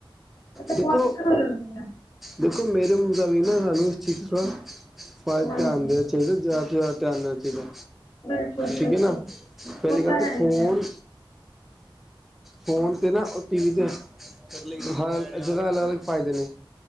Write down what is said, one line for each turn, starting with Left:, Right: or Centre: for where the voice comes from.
Left: ਕਿਉਂਕਿ ਬਹੁਤ
Centre: ਦੇਖੋ
Left: ਦਿੱਕਤ ਹੋ ਜਾਂਦੀ ਹੈ
Centre: ਦੇਖੋ ਮੇਰੇ ਮੁੰਡਾ ਵੀ ਨਾ ਸਾਨੂੰ ਇਸ ਚੀਜ਼ <unintelligible>
Left: ਹਾਂਜੀ
Centre: ਧਿਆਨ ਦੇ ਚਾਹੀਦਾ ਜ਼ਿਆਦਾ ਤੋਂ ਜ਼ਿਆਦਾ ਧਿਆਨ ਦੇਣਾ ਚਾਹੀਦਾ
Left: ਬਿਲਕੁਲ ਬਿਲਕੁਲ
Centre: ਠੀਕ ਐ ਨਾ ਪਹਿਲੀ
Left: ਉਹ
Centre: ਗੱਲ
Left: ਤਾਂ
Centre: ਤੇ
Left: ਹੈ
Centre: ਫੋਨ
Left: ਹੀ ਹੈ
Centre: ਫੋਨ ਤੇ ਨਾ ਟੀ ਵੀ ਤੇ ਹ ਜਗ੍ਹਾ ਅਲੱਗ-ਅਲੱਗ ਫਾਇਦੇ ਨੇ